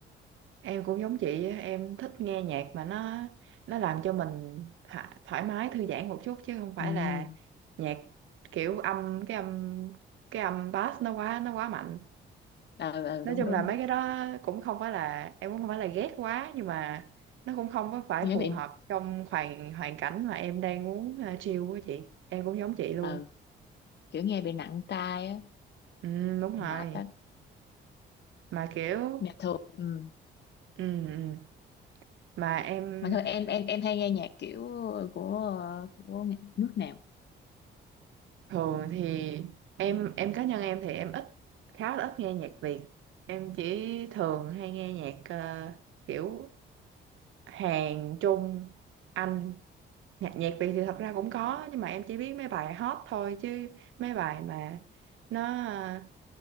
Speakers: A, on the right; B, on the left.
A: em cũng giống chị á, em thích nghe nhạc mà nó nó làm cho mình thả- thoải mái thư giãn một chút chứ không phải
B: ừ
A: là nhạc kiểu âm cái âm cái âm bass nó quá nó quá mạnh
B: ờ ờ,
A: nói
B: đúng
A: chung
B: đúng
A: là mấy cái đó cũng không phải là em cũng không phải là ghét quá nhưng mà nó cũng không có phải
B: nghe
A: phù
B: bị
A: hợp trong hoàn hoàn cảnh mà em đang muốn uh, chill với chị em cũng giống chị luôn
B: ờ kiểu nghe bị nặng tai á
A: ừ, đúng
B: mệt
A: rồi
B: á
A: mà kiểu
B: nhạc thường ừ
A: ừ, ừ. mà em
B: mà thôi em em em hay nghe nhạc kiểu ờ, của ờ, của nghệ- nước nào
A: thường thì em em cá nhân em thì em ít khá là ít nghe nhạc Việt em chỉ thường hay nghe nhạc ờ, kiểu Hàn Trung Anh nhạc nhạc Việt thì thật ra cũng có nhưng mà em chỉ biết mấy bài hot thôi chứ mấy bài mà nó ờ,